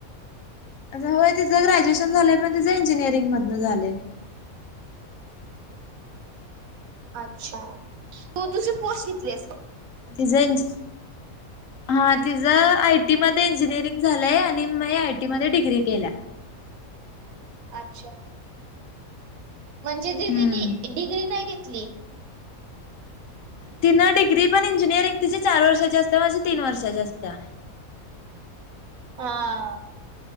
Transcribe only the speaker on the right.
अच्छा तू दुसरी पोस्ट घेतलीयस काय?
अच्छा, म्हणजे दिदीनी
डिग्री नाई घेतली.
हा.